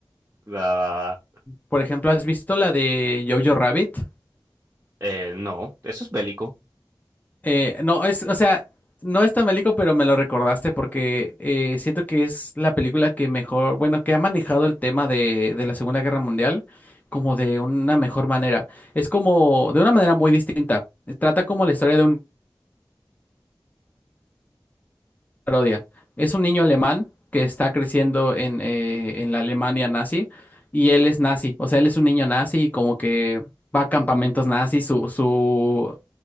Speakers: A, on the right; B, on the left.
A: La,
B: Por ejemplo, ¿has visto la de Jojo Rabbit?
A: eh, no, eso es bélico.
B: Eh, no, es, o sea, no es tan bélico, pero me lo recordaste porque eh, siento que es la película que mejor, bueno, que ha manejado el tema de, de la Segunda Guerra Mundial como de una mejor manera. Es como, de una manera muy distinta. Trata como la historia de una parodia. Es un niño alemán que está creciendo en, eh, en la Alemania nazi y él es nazi, o sea, él es un niño nazi y como que va a campamentos nazis, su, su